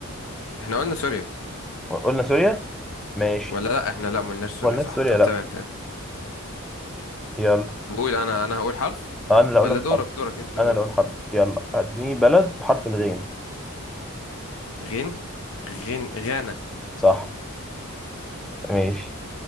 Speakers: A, on the left; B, in the centre.
A: احنا قلنا سوريا
B: قلنا سوريا ماشي
A: ولا لا احنا لا ما قلناش سوريا
B: ولا
A: صح
B: نفس سوريا
A: طب
B: لا
A: تمام تمام
B: يلا
A: بقول انا انا هقول حرف
B: آه، انا اللي اقول
A: ولا
B: لك
A: دورك
B: حرف
A: دورك انت قول
B: انا اللي اقول حرف يلا اديني بلد بحرف الغين
A: غين غين غانا
B: صح ماشي